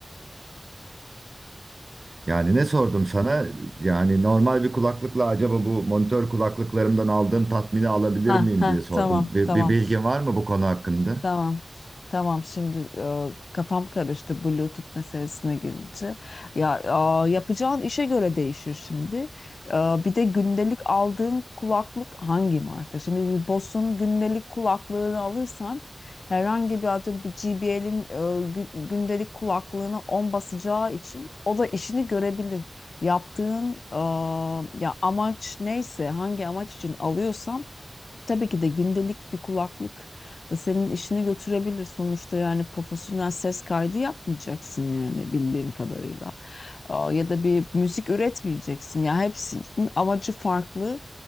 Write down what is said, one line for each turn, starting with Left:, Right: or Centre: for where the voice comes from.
Right: Yani ne sordum sana? Yani normal bir kulaklıkla acaba bu monitör kulaklıklarımdan aldığım tatmini alabilir
Left: ha,
Right: miyim
Left: ha,
Right: diye sordum.
Left: tamam
Right: Bir,
Left: tamam.
Right: bir bilgin var mı bu konu hakkında?
Left: Tamam. Tamam şimdi e, kafam karıştı Bluetooth meselesine gelince. Ya e, yapacağın işe göre değişir şimdi. E, bir de gündelik aldığın kulaklık hangi marka? Şimdi bir Bose'un gündelik kulaklığını alırsan herhangi bir atıyorum bir JBL'in gündelik kulaklığına 10 basacağı için o da işini görebilir. Yaptığın e, ya amaç neyse hangi amaç için alıyorsan Tabii ki de gündelik bir kulaklık da senin işini götürebilir. Sonuçta yani profesyonel ses kaydı yapmayacaksın yani bildiğim kadarıyla. Aa, Ya da bir müzik üretmeyeceksin. Ya hepsinin amacı farklı.